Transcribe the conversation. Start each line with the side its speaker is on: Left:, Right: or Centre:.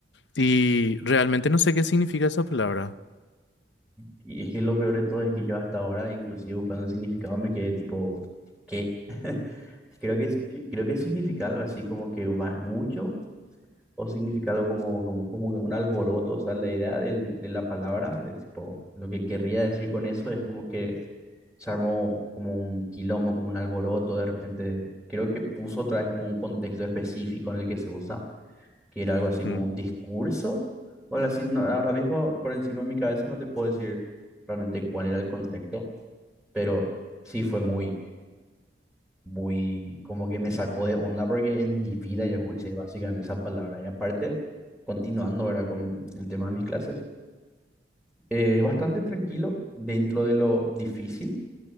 Left: Y realmente no sé qué significa esa palabra.
Centre: Y es que lo peor de todo es que yo hasta ahora, inclusive buscando el significado, me quedé tipo, ¿qué? <laughs> Creo que, creo que significa algo así como que barullo o significado como, como, como que un alboroto, o sea, la idea del- de la palabra, de tipo, lo que querría decir con eso es como que se armó como un quilombo, como un alboroto, de repente, creo que puso otra vez como un contexto específico en el que se usa, que era algo así
Left: Mm,
Centre: como un discurso, o algo así, no, ahora mismo por encima de mi cabeza no te puedo decir realmente cuál era el contexto, pero sí fue muy muy, como que me sacó de onda porque en mi vida yo escuché básicamente esa palabra. Y aparte, continuando ahora con el tema de mis clases, eh, bastante tranquilo dentro de lo difícil,